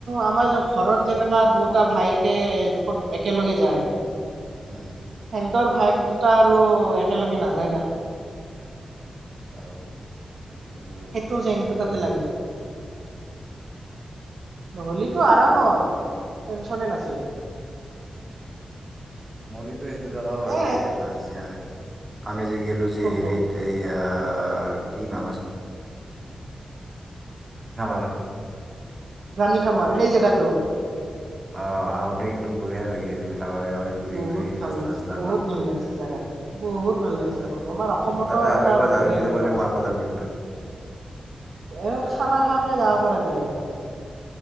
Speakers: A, on the right; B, on the right.
A: আমাৰ য- ঘৰত যেনেকা দুৱো- টা ভায়েকে জ ক'ত একেলগে- যায়।
B: উম,
A: হেল- তোৰ ভায়েক দুটা আৰু একেলগে নাযায় না।
B: তামীৰ সেইটো
A: সেইটো
B: প্ৰব্লেম
A: জেংটো তাতে
B: হ'ল
A: লাগি নহ'লেিতো আৰামত টেনচনে নাছিল
B: মোৰ কিন্তু সেইটো জেগাও ভাল
A: দে
B: লাগে লাজ যে আমি যি গলোঁ যেি
A: কোনটো
B: হেৰিত এইয়া ন
A: ৰাণী খামাৰ সেই জেগাটো
B: অ আহোতে কিন্তু বঢ়িয়া লাগি আছিল। গাঁৱে গাঁৱে ঘূৰি
A: বহুত
B: ঘূৰি
A: ভাল
B: ৰাস্তা
A: লাগছে
B: চাস্তা
A: বহুত ভাল লাগিছে জেগাটো বহুত ভাল লাগছে
B: তাত
A: মোৰ আমাৰ অসমতো
B: উম, তাতে
A: এনেকুৱা
B: আৰু একবাৰ যাবি
A: বঢ়িয়া
B: বুলি
A: জোগা
B: ক'লে
A: আছে।
B: মই আকৌ যাম কিন্তু
A: এ খানা খোৱাকে যাব পৰা যায় এইবাৰ,